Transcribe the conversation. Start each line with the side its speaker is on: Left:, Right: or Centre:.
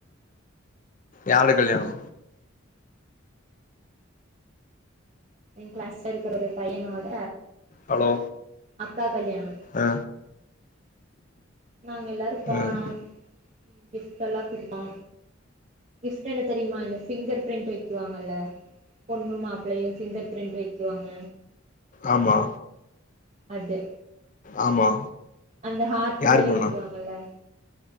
Left: யாருக் கல்யாணோ
Right: என் கிளாஸ்ல இருக்கறோட பையனோட
Left: ஹலோ
Right: அக்கா கல்யாணோ
Left: ஆ
Right: நாங்க எல்லாரு போனோ
Left: ம்
Right: கிஃப்டல்லா குடுப் போ கிஃப்ட் என்ன தெரியுமா இந்த ஃபிங்கர் பிரிண்ட் வைக்குவாங்கல்ல பொண்ணு மாப்பிளையும் ஃபிங்கர் பிரிண்ட் வைக்குவாங்க
Left: ஆமா
Right: அது
Left: ஆமா
Right: அந்த ஹார்ட்
Left: யார்
Right: மேரி
Left: பொண்ணா
Right: வே வெக்குவாங்கல்ல